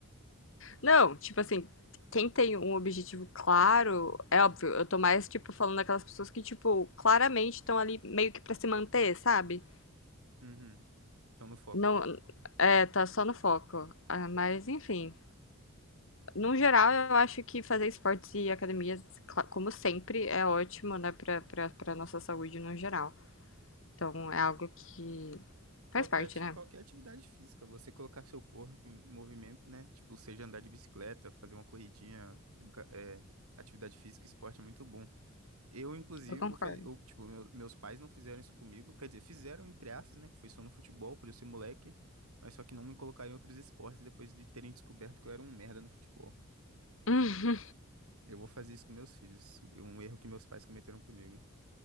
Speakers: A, on the left; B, on the right.
A: Não, tipo assim, quem tem um objetivo claro, é óbvio, eu tô mais, tipo, falando daquelas pessoas que, tipo, claramente estão ali meio que pra se manter, sabe?
B: Uhum, estão no foco.
A: Não, é, tá só no foco. Ah, mas, enfim. No geral, eu acho que fazer esportes e academias, cla- como sempre, é ótimo, né, pra, pra, pra nossa saúde no geral. Então, é algo que
B: Qualquer,
A: faz parte,
B: ati-
A: né?
B: qualquer atividade física, você colocar seu corpo em movimento, né? Tipo, seja andar de bicicleta, fazer uma corridinha, educa- é, atividade física, esporte é muito bom. Eu, inclusive,
A: Eu concordo.
B: vou fazer, eu,
A: <laughs>
B: tipo, meu- meus pais não fizeram isso comigo, quer dizer, fizeram entre aspas, né? Que foi só no futebol, por eu ser moleque, mas só que não me colocaram em outros esportes depois de terem descoberto que eu era um merda no futebol.
A: Hum.
B: Eu vou fazer isso com meus filhos, um erro que meus pais cometeram comigo.